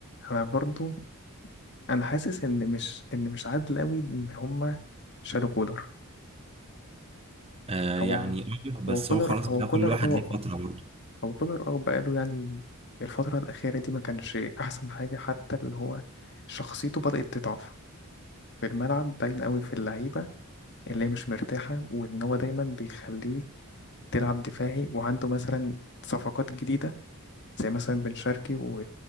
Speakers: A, on the left; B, on the right.
A: انا برضو انا حاسس ان مش ان مش عادل قوي ان هما شالوا كولر
B: آه
A: هو
B: يعني آه، بس
A: هو كولر
B: هو خلاص
A: هو
B: بقى
A: كولر
B: كل واحد
A: اه
B: ليه فترة برضه
A: هو كولر اه بقاله يعني الفترة الأخيرة دي ما كانش أحسن حاجة حتى اللي هو شخصيته بدأت تضعف في الملعب باين قوي في اللعيبة اللي هي مش مرتاحة وإن هو دايما بيخليك تلعب دفاعي وعنده مثلا صفقات جديدة زي مثلا بن شرقي و